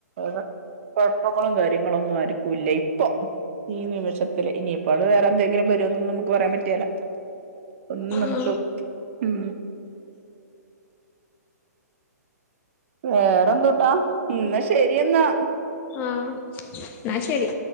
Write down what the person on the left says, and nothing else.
ആഹ്
ആ എന്നാ ശരി.